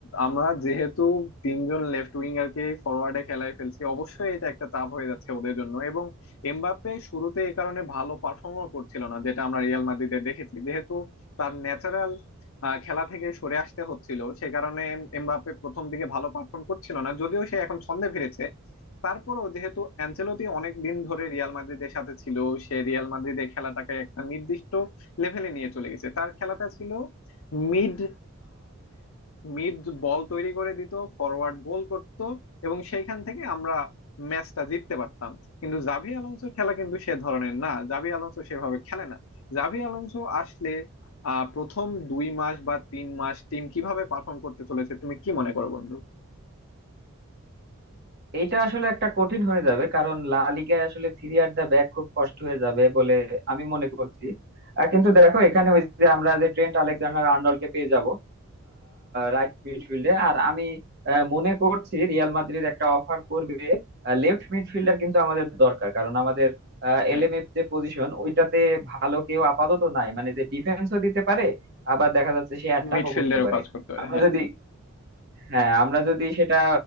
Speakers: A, on the left (about 70°); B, on the right (about 45°).
A: আমরা যেহেতু তিনজন লেফট উইঙ্গারকে ফরওয়ার্ডে খেলায় ফেলছি অবশ্যই এটা একটা চাপ হয়ে যাচ্ছে ওদের জন্য এবং এমবাপ্পে শুরুতে এই কারণে ভালো পারফর্মও করছিল না যেটা আমরা রিয়াল মাদ্রিদে দেখেছি যেহেতু তার ন্যাচারাল খেলা থেকে সরে আসতে হচ্ছিল সে কারণে এমবাপ্পে প্রথম দিকে ভালো পারফর্ম করছিল না যদিও সে এখন ছন্দে ফিরেছে তারপরও যেহেতু অ্যানচেলোতি অনেক দিন ধরে রিয়াল মাদ্রিদের সাথে ছিল সে রিয়াল মাদ্রিদের খেলাটাকে একটা নির্দিষ্ট লেভেলে নিয়ে চলে গেছে তার খেলাটা ছিল মিড মিড বল তৈরি করে দিত ফরওয়ার্ড গোল করত এবং সেইখান থেকে আমরা ম্যাচটা জিততে পারতাম কিন্তু জাভি আলোনসোর খেলা কিন্তু সে ধরনের না জাভি আলোনসো সেভাবে খেলে না জাভি আলোনসো আসলে আহ প্রথম দুই মাস বা তিন মাস টিম কিভাবে পারফর্ম করতে চলেছে তুমি কি মনে করো বন্ধু
B: এটা আসলে একটা কঠিন হয়ে যাবে কারণ লা লিগায় আসলে থ্রি আর দা ব্যাক খুব কষ্ট হয়ে যাবে বলে আমি মনে করছি আহ, কিন্তু দেখো এখানে ওই যে আমরা যে ট্রেন্ট আলেকজান্ডার আর্নল্ডকে পেয়ে যাব রাইট মিডফিল্ডে আর আমি আহ, মনে করছি রিয়াল মাদ্রিদ একটা অফার করবে লেফট মিডফিল্ডার কিন্তু আমাদের দরকার কারণ আমাদের
A: হ্যাঁ
B: এলএমএফ যে পজিশন ওইটাতে ভালো কেউ আপাতত নাই মানে যে ডিফেন্সও দিতে পারে আবার দেখা যাচ্ছে সে অ্যাটাকও
A: মিডফিল্ডেরও
B: করতে পারে
A: কাজ করতে পারে
B: আমরা
A: হ্যাঁ
B: যদি হ্যাঁ আমরা যদি সেটা